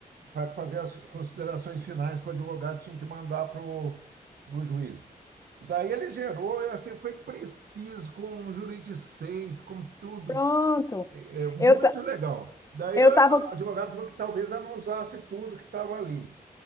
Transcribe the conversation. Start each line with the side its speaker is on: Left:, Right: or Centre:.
Right: para fazer as considerações finais que o advogado tinha que mandar para o juiz. E daí ele gerou, eu, assim, foi preciso, com juridicês, com tudo,
Left: Pronto.
Right: é, é muito
Left: Eu ta-
Right: legal. Daí
Left: eu
Right: o
Left: tava
Right: advogado falou que talvez ela não usasse tudo que estava ali.